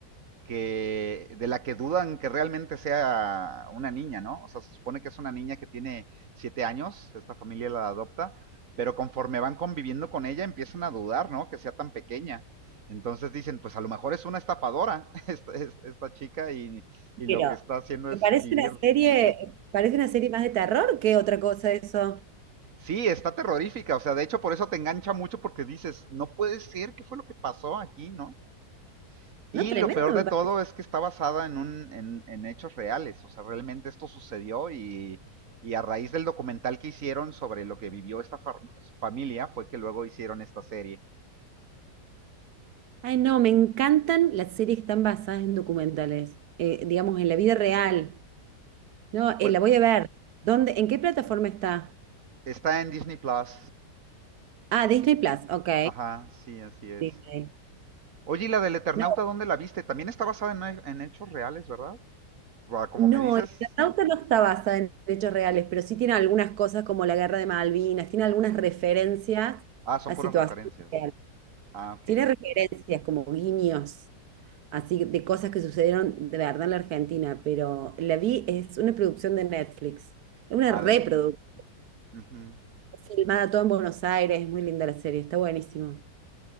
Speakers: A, on the right; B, on the right.
A: que de la que dudan que realmente sea una niña, ¿no? O sea, se supone que es una niña que tiene siete años, esta familia la adopta, pero conforme van conviviendo con ella empiezan a dudar, ¿no? Que sea tan pequeña. Entonces dicen, pues a lo mejor es una estafadora <laughs> esta, esta chica y, y, lo
B: Pero,
A: que está haciendo
B: que
A: es
B: parece
A: vivir.
B: una serie, parece una serie más de terror que otra cosa eso.
A: Sí, está terrorífica, o sea, de hecho por eso te engancha mucho porque dices, no puede ser, ¿qué fue lo que pasó aquí, no? Y
B: No, tremendo
A: lo peor
B: me
A: de
B: parece.
A: todo es que está basada en, un, en, en hechos reales, o sea, realmente esto sucedió y, y a raíz del documental que hicieron sobre lo que vivió esta fa- familia fue que luego hicieron esta serie.
B: Ay, no, me encantan las series que están basadas en documentales, eh, digamos, en la vida real. No,
A: Pues
B: eh, la voy a ver. ¿Dónde, en qué plataforma está?
A: está en Disney Plus.
B: Ah, Disney Plus, ok.
A: Ajá, sí, así es.
B: Disney.
A: Oye, ¿y la del Eternauta
B: No,
A: dónde la viste? También está basada en, en hechos reales, ¿verdad? Buah, Como
B: no,
A: me dices,
B: el Eternauta no está basada en hechos reales, pero sí tiene algunas cosas como la guerra de Malvinas, tiene algunas referencias
A: ah, son
B: a
A: puras
B: situaciones
A: referencias.
B: reales.
A: Ah, ok.
B: Tiene referencias como guiños. así de cosas que sucedieron de verdad en la Argentina, pero la vi, es una producción de Netflix, es una
A: Ah,
B: reproducción,
A: de... ujú.
B: es filmada todo en Buenos Aires, es muy linda la serie, está buenísimo.